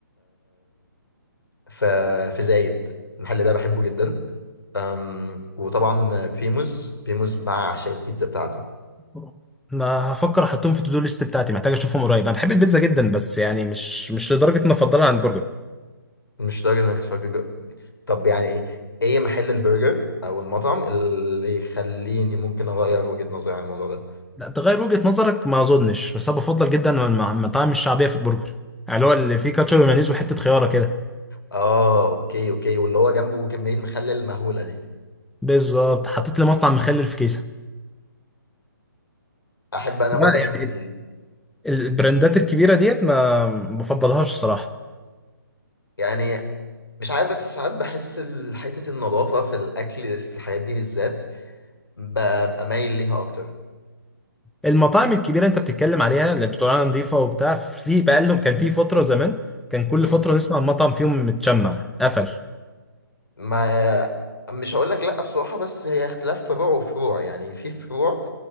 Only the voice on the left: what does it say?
ف في زايد المحل ده بحبه جدا آم، وطبعا بريموز بريموز بعشق البيتزا بتاعته
مش لدرجه انك تفكر جو- طب يعني ايه ايه محل البرجر او المطعم اللي يخليني ممكن اغير وجهة نظري عن الموضوع ده
اه اوكي اوكي واللي هو جنبه كمية مخلل مهولة دي
احب انا
برضه الحاجات
دي
يعني مش عارف بس ساعات بحس ال- حتة النظافة في الاكل في الحاجات دي بالذات ببقى مايل ليها اكتر
مم.
ما مش هقول لك لا بصراحة بس هي اختلاف فروع وفروع يعني في فروع